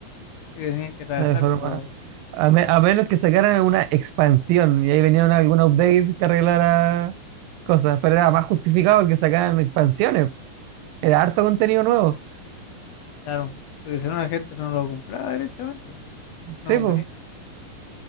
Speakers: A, on the left; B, on the right.
A: Así que tenían que trabajarlo,
B: No hay forma. A, me- a menos que sacaran una expansión y ahí venía una- algún update que arreglara cosas. Pero era más justificado que sacaran expansiones. Era harto contenido nuevo.
A: claro, porque si no la gente no lo compraba derechamente.
B: Sí,
A: No convenía.
B: pues.